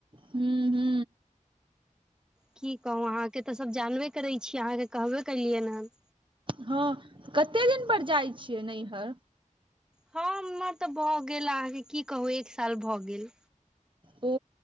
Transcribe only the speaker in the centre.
की कहू अहाँकेँ तऽ सभ जानबे करै छियै अहाँकेँ कहबे कलियै हन।
हँ, हमर तऽ भए गेल अहाँकेँ की कहू एक साल भऽ गेल।